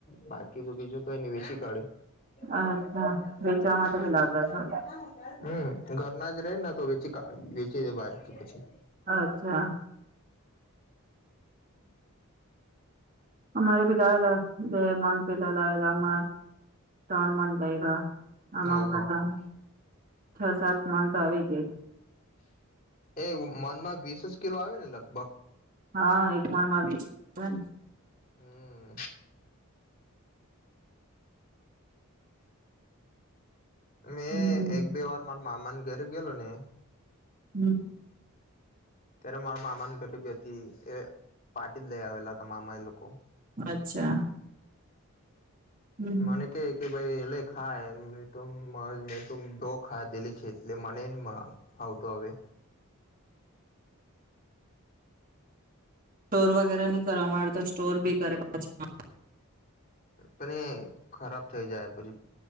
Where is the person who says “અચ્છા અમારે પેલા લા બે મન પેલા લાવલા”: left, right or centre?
Right